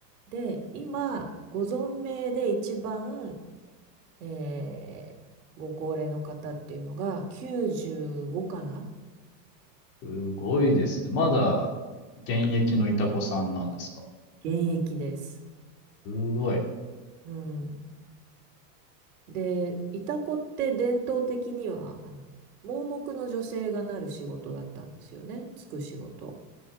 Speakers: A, on the right; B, on the left.
A: で、今、ご存命で一番、えーご高齢の方っていうのが95かな
B: すごいですね。まだ現役のいたこさんなんですか
A: 現役です。
B: すごい。
A: うん。で、いた子って伝統的には、あの盲目の女性がなる仕事だったんですよね。つく仕事。